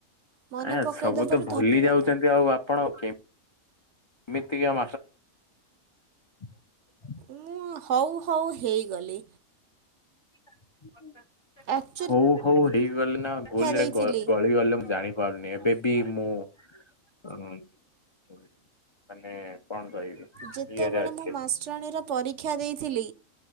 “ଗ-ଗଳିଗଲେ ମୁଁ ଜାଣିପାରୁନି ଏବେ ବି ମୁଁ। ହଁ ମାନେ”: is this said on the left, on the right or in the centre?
Left